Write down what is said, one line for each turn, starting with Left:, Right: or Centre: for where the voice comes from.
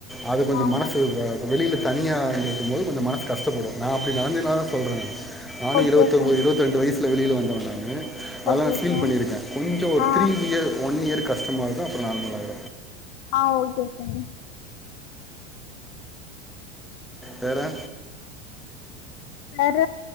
Centre: அது கொஞ்சம்
Left: ஆமா
Centre: மனசு வெளியில தனியாக இருக்கும்து கொஞ்சம் மனதுு கஷ்டப்படும் நான் அடி நடந்து்சதுன்னால தான் சொல்றேன் நானும்
Left: ஓகே
Centre: இருபத்தின்பது
Left: ஃப்ரெண்ட்
Centre: இருபத்த ரண்டு வயசுல வெளியில போனாங்க அதெல்லா
Left: ஓகே
Centre: ஃபீல்
Left: ஃப்ரெண்ட்
Centre: பண்ணியிருக்கேன் கொஞ்சோ ஒரு
Left: ஆ
Centre: த்ரீ இயர் ஒன் இயர் கஷ்ட கஷமாக இருக்கு அப்புற நார்மல் ஆயிரு
Left: ஆஹ் ஓகே சார்
Centre: வேற
Left: வேற